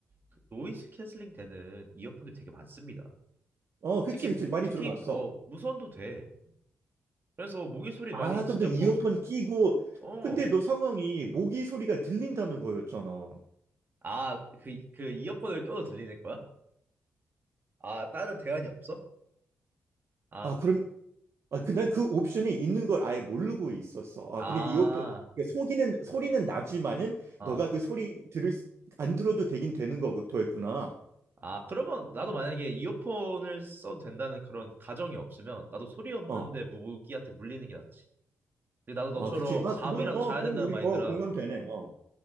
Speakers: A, on the right; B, on the right.
A: 그 노이즈 캔슬링 되는 이어폰들이 되게 많습니다.
B: 어, 그치,
A: 특히
B: 그치.
A: 무-
B: 많이
A: 특히
B: 들어봤어.
A: 어 무선도 돼. 그래서 모기 소리
B: 아,
A: 만약에 진짜
B: 그럼 너 이어폰
A: 거슬
B: 끼고,
A: 어
B: 근데 너 상황이 모기 소리가 들린다는 거였잖아.
A: 아 그 그 이어폰을 껴도 들리는 거야? 아, 다른 대안이 없어? 아,
B: 아, 그럼, 아, 그, 난 그 옵션이 있는 걸 아예 모르고 있었어. 아,
A: 아,
B: 근데 이어폰, 그러니까 속이는, 소리는 나지만은,
A: 어.
B: 너가 그 소리 들을, 수- 안 들어도 되긴 되는 거였구나.
A: 아, 그러면 나도 만약에 이어폰을 써도 된다는 그런 가정이 없으면 나도 소리 없는데
B: 어.
A: 무기한테 물리는 게 낫지. 근데 나도 너처럼
B: 아, 그치. 아,
A: 잠이라도
B: 그건, 어,
A: 자야
B: 그건
A: 된다는
B: 우리,
A: 마인드라
B: 어, 공감되네. 어.